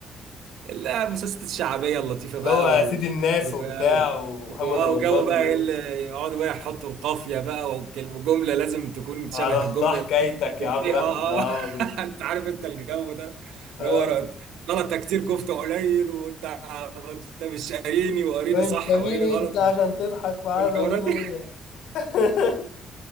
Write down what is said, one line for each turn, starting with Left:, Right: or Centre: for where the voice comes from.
Right: لا مسلسلات الشعبيه اللطيفه
Left: اللي
Right: بقى
Left: هو
Right: و...
Left: سيد الناس
Right: و...
Left: وبتاع ومحمد
Right: و... آه،
Left: رمضان
Right: وجو بقى
Left: والناس
Right: ايه اللي
Left: دي
Right: يقعدوا بقى يحطوا القافيه بقى والكلمه جمله لازم تكون شبه
Left: على الله
Right: الجمله
Left: حكايتك
Right: اللي
Left: يا
Right: اللي-
Left: عم احمد
Right: اه
Left: عوضي
Right: اه <laughs> انت عارف انت الجو ده اللي
Left: اه
Right: هو رد- غلطه كتير كفته قليل وانت انت مش قاريني وقاريني
Left: انت
Right: صح
Left: مين
Right: وقاريني
Left: انت
Right: غلط
Left: عشان
Right: وال-
Left: تضحك في عاد
Right: والحوارات
Left: ابويا
Right: دي. <laughs>
Left: <laughs>